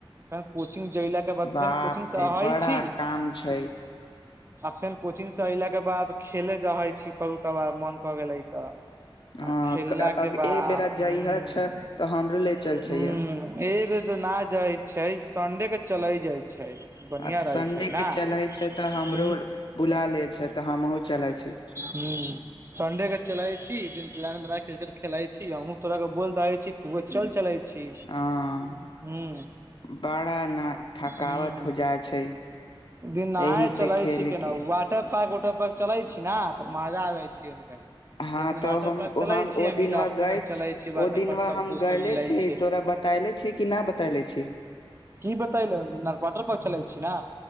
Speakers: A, on the right; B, on the left.
A: फेन कोचिंग जहिलाक के बाद
B: बाप
A: फेन कोचिङंग से
B: रे
A: अहै
B: बड़ा
A: छी
B: काम छै।
A: फेर कोचिंग से अयलाक के बाद खेले जहै छी कबू कबार मन कऽ गेले तऽ।
B: हँ
A: आ खेलला के बाद
B: ए बेरा
A: ह
B: जइह
A: ह
B: छ तऽ हमरो ले चल
A: हू
B: छै य
A: ए बे तऽ न जाइ। छै सन्डे के चलाे जाय छै। छैय बढ़िया
B: आ तऽ
A: रहय
B: संडे
A: छै। ह
B: के चले छै तऽ हमरो
A: ह
B: बुला ले छै तऽ हमहुँ चलै छै
A: ह संडे के चलय छी। एक दिन प्लान बना के क्रिकेट खेलाइ छी अहुँ तोरा के बोल दे छी तऽ व चल चलै छी
B: हँ
A: ह
B: बड़ा न थकावट
A: ह।
B: हो जाइ छै
A: दिन नहा
B: एहि से
A: चलै
B: खेले
A: छै केना
B: के
A: वाटर पार्क वटर पार्क चलै छै। कि नहि तऽ माजा आबै छिय। एक
B: हँ
A: दिन
B: तऽ
A: वाटर
B: हम
A: पार्क चलै छी
B: ओ
A: हम
B: दिनवा
A: अपने
B: गए
A: चलै छी वाटर
B: ओ दिनवा
A: पार्क सब
B: हम
A: दोस्त
B: गयले
A: सब मिलै
B: छी
A: छै
B: तोरा बतैले छी कि न बतैले छी
A: की बतैलन वाटर पार्क चलै छी ने।